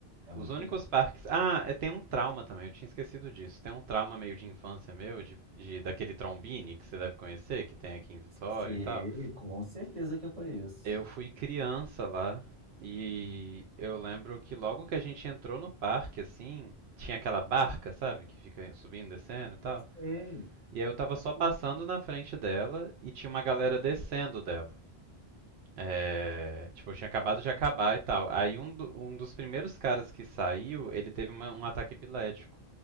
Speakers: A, on the right (about 35°); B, on the right (about 80°).
A: É
B: Os
A: muito
B: únicos
A: longe.
B: parques. Ah, é, tem um trauma também, eu tinha esquecido disso. Tem um trauma meio de infância meu, de, de- daquele Trombini que você deve conhecer, que tem aqui em Vitória
A: Sim,
B: e tal.
A: com certeza que eu conheço.
B: Eu fui criança lá e eu lembro que logo que a gente entrou no parque, assim, tinha aquela barca, sabe, que fica subindo, descendo e tal.
A: Sim,
B: E aí eu tava
A: até.
B: só passando na frente dela e tinha uma galera descendo dela. É, tipo, tinha acabado de acabar e tal. Aí um, do- um dos primeiros caras que saiu, ele teve uma- um ataque epilético.